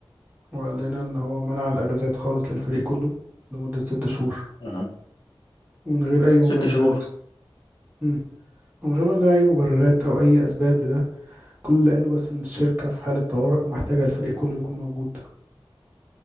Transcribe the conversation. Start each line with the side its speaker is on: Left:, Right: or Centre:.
Right: وقال لنا ان هو منع الاجازات خالص للفريق كله لمده ست شهور
Left: أه.
Right: ومن غير اي مبررات
Left: ست شهور
Right: مم. ومن غير ما يقول لنا اي مبررات او اي اسباب لده كل اللي قاله بس ان الشركه في حاله طوارئ ومحتاجه الفريق كله يكون موجود